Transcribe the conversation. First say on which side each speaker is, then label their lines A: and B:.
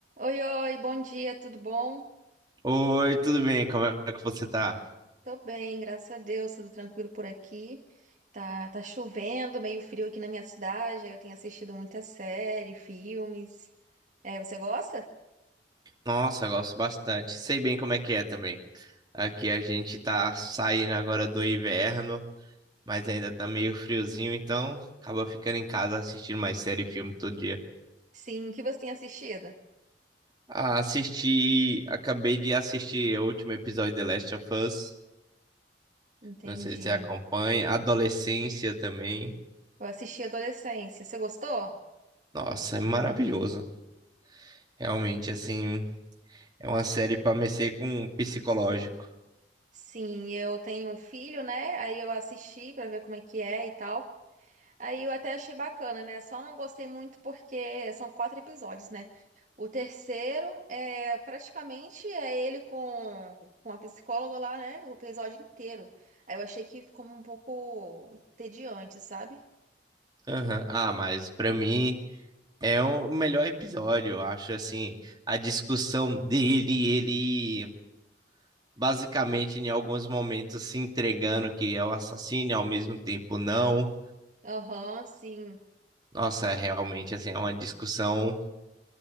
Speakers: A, on the right; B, on the right.
A: Oi, oi, bom dia, tudo bom?
B: Oi, tudo bem? Como é que você tá?
A: Tô bem, graças a Deus, tudo tranquilo por aqui. Tá, tá chovendo, meio frio aqui na minha cidade. Eu tenho assistido muita série, filmes. É, você gosta?
B: Nossa, gosto bastante. Sei bem como é que é também. Aqui a gente tá saindo agora do inverno, mas ainda tá meio friozinho, então acaba ficando em casa assistindo mais série e filme todo dia.
A: Sim, o que você tem assistido?
B: Ah, assisti, acabei de assistir o último episódio de The Last of Us.
A: Entendi.
B: Não sei se você acompanha. Adolescência também.
A: Eu assisti Adolescência. Você gostou?
B: Nossa, é maravilhoso. Realmente, assim, é uma série pra mexer com o psicológico.
A: Sim, eu tenho um filho, né? Aí eu assisti pra ver como é que é e tal. Aí eu até achei bacana, né? Só não gostei muito porque são quatro episódios, né? O terceiro é praticamente é ele com, com a psicóloga lá, né? O episódio inteiro. Aí eu achei que ficou um pouco entediante, sabe?
B: Aham. Ah, mas pra mim. É o melhor episódio, eu acho, assim, a discussão dele, ele basicamente em alguns momentos se entregando que é o assassino e ao mesmo tempo não.
A: Aham, sim,
B: Nossa, é realmente, assim, é uma discussão